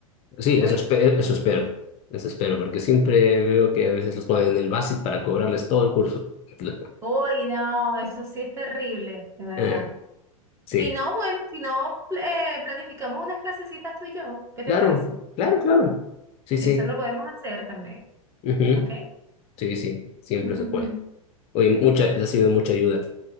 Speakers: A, on the left (about 35°); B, on the right (about 15°).
A: Sí, eso
B: ¿Oíste?
A: espero, eso espero, eso espero, porque siempre veo que a veces los ponen en el básico para cobrarles todo el curso. <laughs>
B: Uy, no, eso sí es terrible, de verdad.
A: Eh, sí,
B: Si no, bueno, si no, pl- eh, planificamos unas clasecitas tú y yo. ¿Qué
A: claro,
B: te parece?
A: claro, claro. Sí, sí.
B: Eso lo podemos hacer también,
A: Ujú,
B: ¿ok?
A: Sí, sí, siempre
B: <laughs>
A: se puede. Oye, mucha, ha sido mucha ayuda.